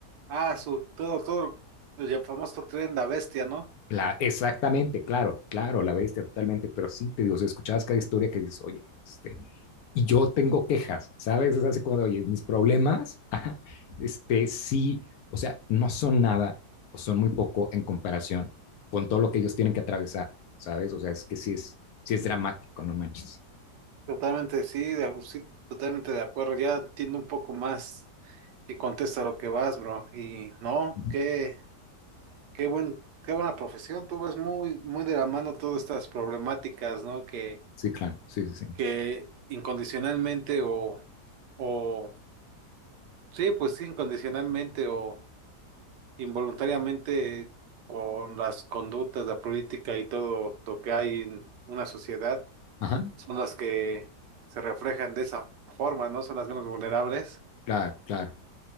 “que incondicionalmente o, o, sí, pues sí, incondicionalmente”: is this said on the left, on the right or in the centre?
Right